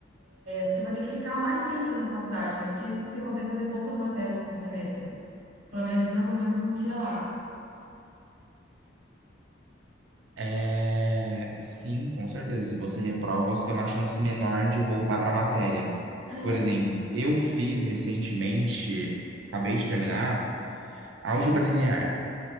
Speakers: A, on the right; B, on the right.
A: Você vai ter que ficar mais tempo fazendo faculdade, né? Porque você consegue fazer poucas matérias por semestre. Pelo menos esse era o problema que acontecia lá.
B: É, sim, com certeza. Se você reprova, você tem uma chance menor de voltar para a matéria.
A: É,
B: Por exemplo,
A: porque...
B: eu fiz recentemente, acabei de terminar, álgebra linear.